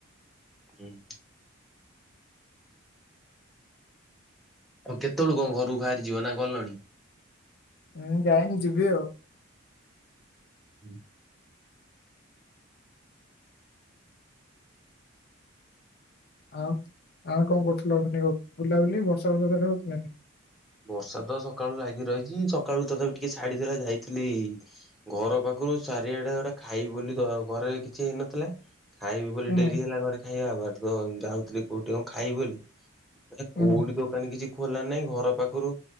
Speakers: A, in the centre; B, on the left (about 50°).
A: ହୁଁ। ଆଉ, କେତେବେଳୁ କଣ ଘରୁ ବାହାରି ଯିବ ନା ଗଲଣି?
B: ହୁଁ, ଯାଇନି, ଯିବି ଆଉ।
A: ହୁଁ।
B: ଆଉ ଆଉ କଣ କରୁଥିଲ ବୁଲାବୁଲି ବର୍ଷା ବର୍ଷା ସେଟେ ହଉଥିଲା <unintelligible>
A: ବର୍ଷା ତ ସକାଳୁ ଲାଗି ରହିଚି ସକାଳୁ ତ ତଥାପି ଟିକେ ଛାଡିଥିଲା ଯାଇଥିଲି ଘର ପାଖରୁ ଚାରିଆଡା ଗୋଟା ଖାଇ ବୋଲି <unintelligible> ଘରେ କିଛି ହେଇନଥିଲା। ଖାଇବି ବୋଲି
B: ହୁଁ
A: ଡେରି ହେଲା ଘରେ ଖାଇବା ଭାତ ତ ଯାଉଥିଲି କୋଉଠି କ ଖାଇବି ବୋଲି। ଏ କୋଉଠି
B: ହୁଁ
A: ଦୋକାନ କିଛି ଖୋଲା ନାଇଁ ଘର ପାଖରୁ